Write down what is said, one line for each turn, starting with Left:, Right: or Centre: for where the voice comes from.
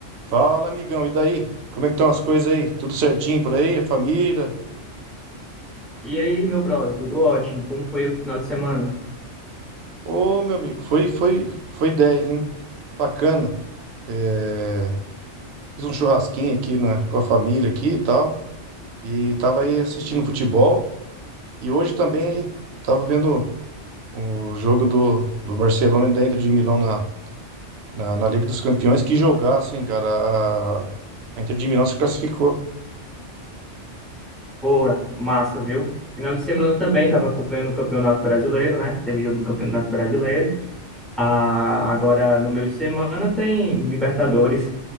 Right: Fala, amigão, e daí? Como é que estão as coisas aí? Tudo certinho por aí? A família?
Centre: E aí, meu brother, tudo ótimo? Como foi o final de semana?
Right: Ô, meu amigo, foi foi foi 10, hein? Bacana. É, Fiz um churrasquinho aqui na... com a família aqui e tal. E tava aí assistindo futebol. E hoje também tava vendo o jogo do, do Barcelona e da Inter de Milão na... Na... na Liga dos Campeões. Que jogaço, hein, cara? A, a Inter de Milão se classificou.
Centre: Boa, massa, viu? Final de semana eu também estava acompanhando o Campeonato Brasileiro, né? Teve jogo do Campeonato Brasileiro. Ah, agora, no meio de semana, tem Libertadores.